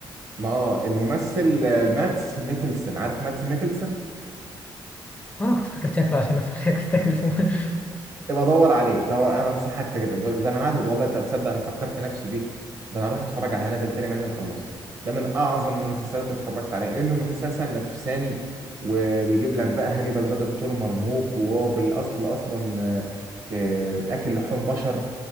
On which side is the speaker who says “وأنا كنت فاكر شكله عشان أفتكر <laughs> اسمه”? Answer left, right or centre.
Left